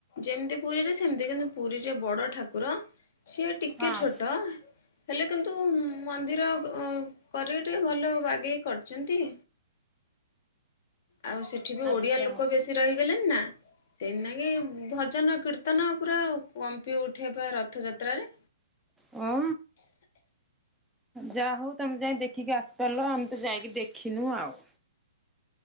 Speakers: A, on the left; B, in the centre.
A: ଯେମିତି ପୁରୀରେ ସେମିତି କିନ୍ତୁ ପୁରୀରେ ବଡ ଠାକୁର ସିଏ ଟିକେ
B: ହଁ
A: ଛୋଟ ହେଲେ କିନ୍ତୁ ମନ୍ଦିର କରିବେ ଟିକେ ଭଲ ବାଗେଇ କରିଛନ୍ତି। ଆଉ ସେଠି ବି
B: ଆଚ୍ଛା।
A: ଓଡିଆ ଲୋକ ବେଶୀ ରହିଗଲେଣିି ନା ରତନ ପୁରା କମ୍ପି ଉଠେ ବା ରଥଯାତ୍ରାରେ
B: ହଁ ଯା ହଉ ତମେ ଯାଇ ଦେଖିକି ଆସିପାରିଲ ଆମେ ତ ଯାଇକି ଦେଖିନୁ ଆଉ।